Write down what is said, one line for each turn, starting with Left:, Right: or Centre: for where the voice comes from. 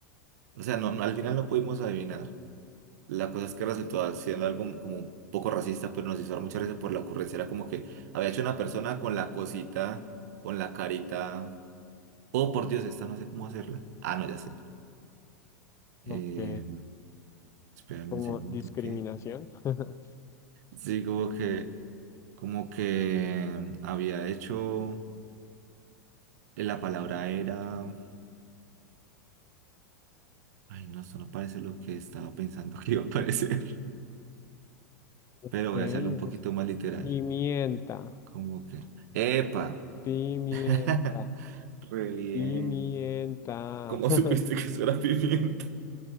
Right: o sea, no, no, al final no pudimos adivinar. La cosa es que resultó siendo algo como un poco racista, pero nos hizo dar mucha risa por la ocurrencia. Era como que había hecho una persona con la cosita, con la carita. Oh, por Dios, esta no sé cómo hacerla. Ah, no, ya sé. Eh,
Left: Ok.
Right: espérame
Left: Como
Right: un segundo,
Left: discriminación.
Right: ¿qué?
Left: <laughs>
Right: Sí, como que, como que había hecho. eh, La palabra era. Ay, no, esto no parece lo que estaba pensando <laughs> que iba a parecer. Pero
Left: Ok,
Right: voy
Left: eso
Right: a hacerlo un poquito
Left: es.
Right: más literal.
Left: Pimienta,
Right: Como que. ¡Epa!
Left: pimienta,
Right: <laughs> Re bien.
Left: pimienta.
Right: ¿Cómo
Left: <laughs>
Right: supiste que eso era pimienta?